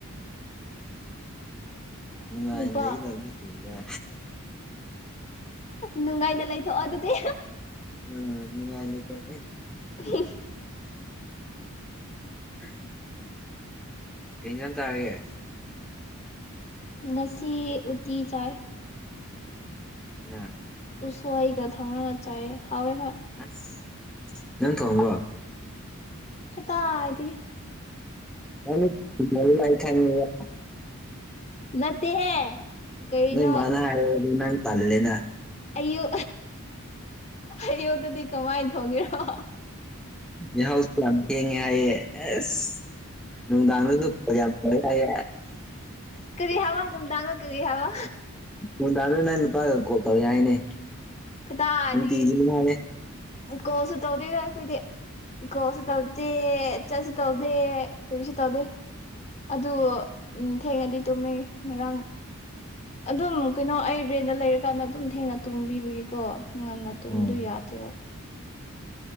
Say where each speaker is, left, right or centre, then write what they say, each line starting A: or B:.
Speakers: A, in the centre; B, on the left.
A: ꯅꯨꯡꯉꯥꯏꯅ
B: ꯅꯨꯄꯥ
A: ꯂꯩꯒꯗꯕꯅꯤ ꯀꯔꯤꯔꯥ
B: ꯅꯨꯡꯉꯥꯏꯗ ꯂꯩꯊꯣꯛꯑꯣ ꯑꯗꯨꯗꯤ
A: ꯑꯅꯨꯡꯥꯏ ꯇꯣꯛꯑꯦ
B: ꯎ
A: ꯎꯝ <unintelligible> ꯀꯩꯖꯥꯡ ꯆꯥꯔꯒꯦ
B: ꯉꯁꯤ ꯎꯇꯤ ꯆꯥꯏ
A: ꯎ ꯍꯣꯏꯅ
B: ꯎꯁ‌ꯣꯏꯒ ꯊꯝꯔꯒ ꯆꯥꯏ ꯍꯋ‌ꯦ ꯍꯣꯏ
A: ꯑꯁ ꯅꯪ ꯊꯣꯡꯕ꯭ꯔꯣ
B: ꯀꯗꯥꯏ ꯗꯤ
A: ꯑ ꯊ ꯂꯥꯏ ꯈ <unintelligible> <unintelligible> <unintelligible>
B: ꯅꯠꯇ ꯍꯦ ꯀꯔꯤꯅꯣ
A: ꯅꯣꯏ ꯃꯥꯅ ꯍꯥꯏꯔꯗꯤ ꯅꯪ ꯇꯜꯂꯦꯅ
B: ꯑꯌꯨ ꯑꯌꯨꯛꯇꯗꯤ ꯀꯃꯥꯏ ꯊꯣꯡꯉꯦꯔꯣ
A: ꯌꯥ ꯍꯧꯁꯨ ꯌꯥꯝ ꯊꯦꯡꯉꯦ ꯍꯥꯏꯌꯦ ꯑꯁ ꯅꯨꯡꯗꯥꯡꯗꯁꯨ ꯌꯥ ꯈ ꯍꯥꯏ
B: ꯀꯔꯤ ꯍꯥꯏꯕ ꯅꯨꯡꯗꯥꯡꯗ ꯀꯔꯤ ꯍꯥꯏꯕ
A: ꯅꯨꯡꯗꯥꯅ ꯅꯪ ꯅꯨꯄꯥꯒ ꯀꯣ ꯇꯧ ꯍꯥꯏꯅꯦ
B: ꯀꯗꯥꯏꯗꯒꯤ
A: ꯅꯨꯡꯇꯤꯒꯤꯅꯤ ꯍꯥꯏꯌꯦ
B: ꯀꯣꯜꯁꯨ ꯇꯧꯗ‌ꯦꯗ ꯑꯩꯈꯣꯏꯗꯤ ꯀ‌ꯣꯜꯁꯨ ꯇꯧꯗꯦ ꯆꯠꯁꯨ ꯇꯧꯗꯦ ꯀꯔꯤꯁꯨ ꯇꯧꯗꯦ ꯑꯗꯨ ꯎꯝ ꯊꯦꯡꯅꯗꯤ ꯇꯨꯝꯃꯦ ꯉꯔꯥꯡ ꯑꯗꯨꯝ ꯀꯩꯅꯣ ꯑꯩ ꯔꯦꯟꯗ ꯂꯩꯔꯀꯥꯟꯗ ꯑꯗꯨꯝ ꯊꯦꯡꯅ ꯇꯣꯡꯕꯤꯕꯒꯤꯀꯣ ꯉꯟꯅ ꯇꯨꯝꯕꯗꯨꯣ
A: ꯎꯝ
B: ꯌꯥꯗꯦꯕ